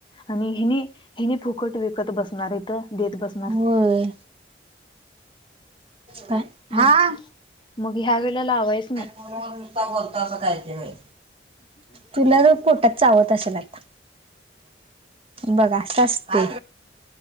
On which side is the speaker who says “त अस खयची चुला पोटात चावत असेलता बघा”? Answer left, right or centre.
Right